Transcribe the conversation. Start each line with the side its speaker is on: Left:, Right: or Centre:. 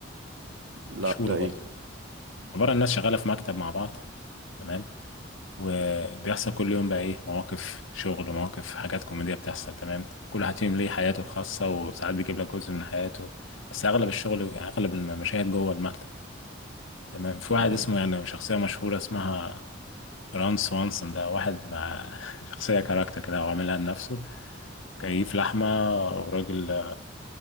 Right: لا
Left: مشهورة
Right: ده
Left: برضه
Right: ايه
Left: عبارة عن ناس شغالة في مكتب مع بعض تمام وبيحصل كل يوم بقى ايه مواقف شغل ومواقف حاجات كوميدية بتحصل تمام كل واحد فيهم ليه حياته الخاصة وساعات بيجيب لك جزء من حياته بس اغلب الشغل يعني اغلب المشاهد جوه المكتب تمام في واحد
Right: ايوه
Left: اسمه يعني شخصية مشهورة اسمها ران سوانسون ده واحد مع <laughs> شخصية كاركتر كده وعاملها لنفسه كيف لحمة وراجل اللي